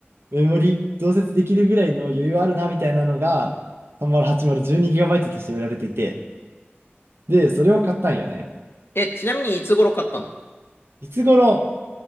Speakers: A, on the right (about 65°); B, on the left (about 65°).
A: メモリ増設できるぐらいの余裕あるなみたいなのが 308012GB として売られていて、で、それを買ったんよね。
B: え、ちなみにいつ頃買ったの
A: いつ頃、